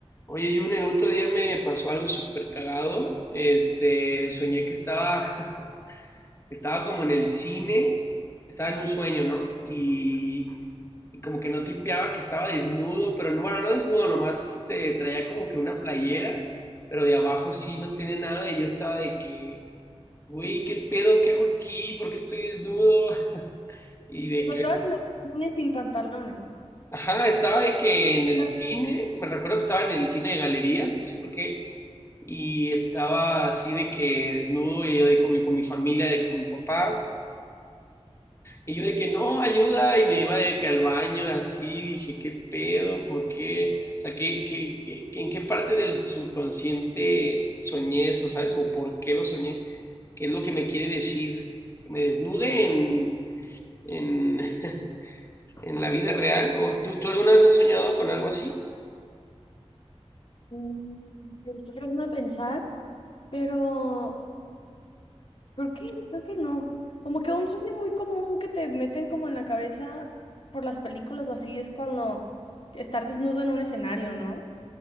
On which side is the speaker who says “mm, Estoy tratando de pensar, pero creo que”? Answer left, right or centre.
Left